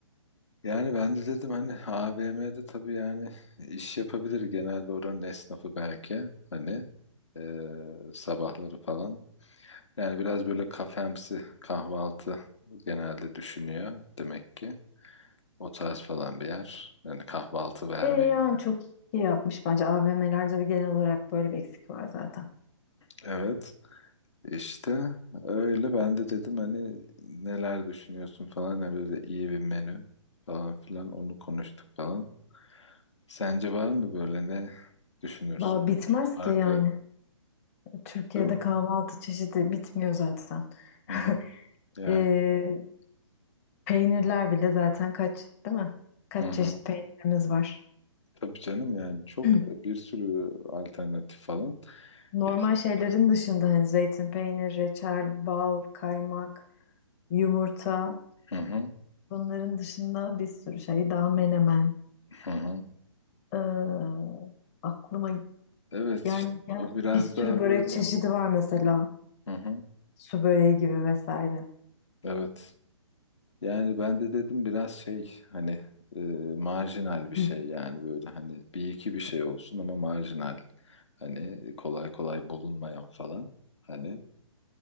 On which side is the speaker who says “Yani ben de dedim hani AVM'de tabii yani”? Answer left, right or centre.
Left